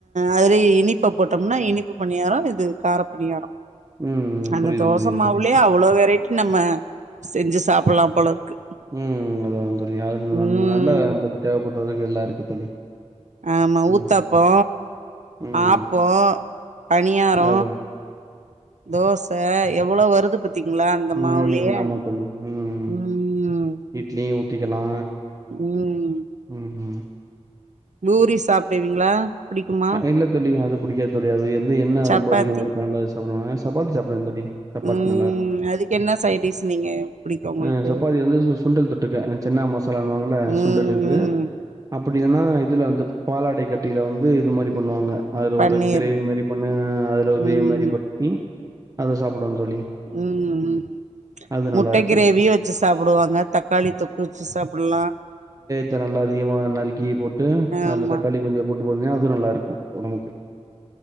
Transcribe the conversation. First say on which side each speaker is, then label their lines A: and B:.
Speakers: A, on the right (about 75°); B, on the right (about 30°).
A: அதுலயே இனிப்ப போட்டோம்னா இனிப்பு பணியாரொ இது காரப்பணியாரொ
B: ம்
A: அந்த
B: புரியுது
A: தோச
B: புரியுது
A: மாவ்லயே
B: தோழி
A: அவ் ளோ வெரைட்டி நம்ம செஞ்சு சாப்புல்லா போலருக்கு
B: ம் அதா தோழி அது
A: ம்
B: ந நல்ல நம்ப்ளுக்கு தேவப்பட்றதுக்கு எல்லா இருக்கு தோழி
A: ஆமா
B: ம்
A: ஊத்தாப்போ
B: ம்
A: ஆப்போ பணியாரோ
B: அதா
A: தோச எவ்வளோ வருது பாத் தீங்ளா அந்த
B: ம்
A: மாவுலயே
B: ஆமா தோழி ம்
A: ம்
B: இட்லியு ஊத்திக்கலா
A: ம்
B: ம் ம்
A: பூரி சாப்டுவீங்களா புடிக்குமா
B: இல்ல தோழி அது புடிக்காது தோழி அது எந்து எண்ண
A: சப்பாத்தி
B: ரொம்ப அதிகமா இருக்கு அன்ல சாப்டுவே சப்பாத்தி சாப்டுவே தோழி சப்பாத்தி
A: ம்
B: நல்லார்
A: அதுக்கு என்ன சைடிஸ் நீங்க புடிக்கு உங்களுக்கு
B: அ சப்பாத்தி வந்து சுண்டல் தொட்டுக்க அ சென்னா மசா சாலானால
A: ம்
B: சுண்டல் இது
A: ம்
B: அப்டில்லன்னா இதுல வந்து பாலாடை கட்டில வந்து இது மாரி பண்ணுவாங்க அதுல்
A: பன்னீர்
B: ஒரு கிரேவி மாரி பண்ணு அதுல ஒரு கிரேவி
A: ம்
B: மாரி பண்ணி அத சாப்புடுவோ தோழி
A: ம் ம்
B: அது
A: முட்ட
B: நல்லா இருக்கு
A: கிரேவியு வச்சு சாப்புடுவாங்க தக்காளி தொக்கு வச்சு சாப்புட்லா
B: த நல்லா அதிகமா நறுக்கி போட்டு அதுல
A: ஆமா
B: தக்காளி கொஞ்சொ போட் போதுங்க அது நல்லா இருக்கு ஒடம்புக்கு